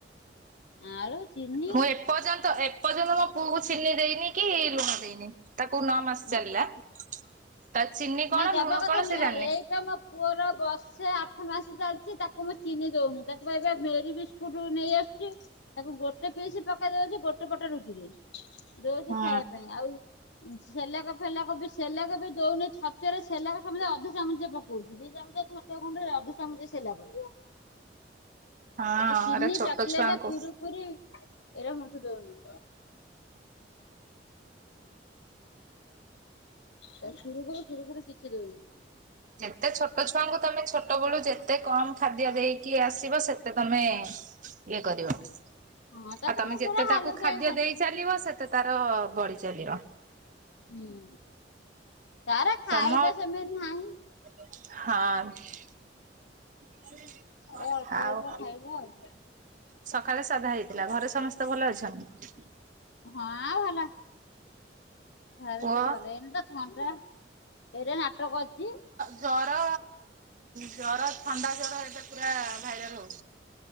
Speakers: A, on the left; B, on the right.
A: ଆଳୁ ଚିନି
B: ମୁଁ ଏ ପର୍ଯ୍ୟନ୍ତ ଏପର୍ଯ୍ୟନ୍ତ ମୋ ପୁଅ କୁ ଚିନି ଦେଇନି କି ଲୁଣ ଦେଇନି। ତାକୁ ନଅ ମାସ
A: ନା
B: ଚାଲିଲା, ତା ଚିନି କଣ
A: ନା ଦବା
B: ଲୁଣ
A: କଥା
B: କଣ
A: ନୁହେଁ
B: ସେ ଜାଣିନି।
A: ଏଇପା ମୋ ପୁଅର ବର୍ଷେ ଆଠ ମାସ ଚାଲିଚି ତାକୁ ମୁଁ ଚିନି ଦଉନି, ତାକୁ ପା ଏବେ ମେରି ବିସ୍କୁଟ୍ ନେଇ ଆସୁ ଚି, ତାକୁ ଗୋଟେ ପିସି ପକେଇ ଦେଇଛି, ଗୋଟେ ପଟ ରୁଟି ରେ। ଦଉଚି
B: ହୁଁ
A: ଖାଇବା ପାଇଁ, ଆଉ ସେଲାକ ଫେଲାକ ବି ସେଲାକ ବି ଦଉନି, ଛତ ତୁଆ ରେ ସେଲାକ ସବୁବେଳେ ଅଧ ଚାମଚେ ପକଉଚି। ଦି ଚାମଚେ ଛତୁଆ ଗୁଣ୍ଡରେ ଅଧ ଚାମଚେ ସେଲାକ।
B: ହଁ
A: ତାକୁ ଚିନି,
B: ଏରା ଛୋଟ
A: ଚକୋଲେଟ
B: ଛୁଆଙ୍କୁ
A: କୁରୁକୁରି ଏରା ମୁଠେ ଦଉନୁ। ତା କୁରୁୁକୁରି ଫୁରୁକୁରି କିଛି ଦଉନି।
B: ଯେତେ ଛୋଟ ଛୁଆଙ୍କୁ ତୋମେ ଛୋଟ ବେଳୁ ଯେ ତେ କମ ଖାଦ୍ୟ ଦେଇକି ଆସିବ ସେତେ ତୋମେ ଇଏ କରିବ।
A: ହଁ ତାକୁ
B: ଆଉ ତୋମେ
A: ମୁଁ
B: ଯେତେ
A: ପୁରା ହାଲୁକେଇ
B: ତାକୁ ଖାଦ୍ୟ ଦେଇ ଚାଲିବ ସେତେ ତାର ବଢି ଚାଲିବ।
A: ହୁଁ ତାର ଖାଇବା
B: ତମ
A: ସେମିତି ନାହିଁ।
B: ହଁ
A: ତାର ଅଳ୍ପ
B: ଆଉ
A: ଅଳ୍ପ ଖାଇବା ଆଉ।
B: ସକାଳେ ସାଧା ହେଇଥିଲା ଘରେ ସମସ୍ତେ ଭଲ ଅଛନ୍ତି?
A: ହଁ ଭଲ ଘରେ
B: ପୁଅ
A: ସବୁ ଭଲ ଏଇନି ତ ଥଣ୍ଡା ଏଇଟା ନାଟକ ଅଛି। <unintelligible>
B: ଜ୍ଵର ଜ୍ୱର ଥଣ୍ଡା ଜ୍ବର ଏବେ ପୁରା ଭାଇରାଲ ହଉ